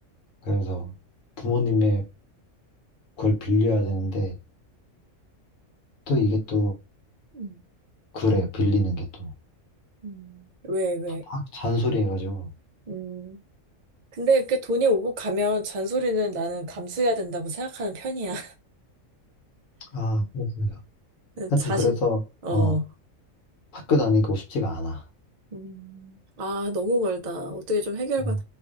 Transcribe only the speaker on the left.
그래서 부모님의 그걸 빌려야 되는데 또 이게 또
그래 빌리는 게 또
막 잔소리 해가지고
아 그렇습니다.
하여튼
그래서
어 학교 다니고 싶지가 않아.
어,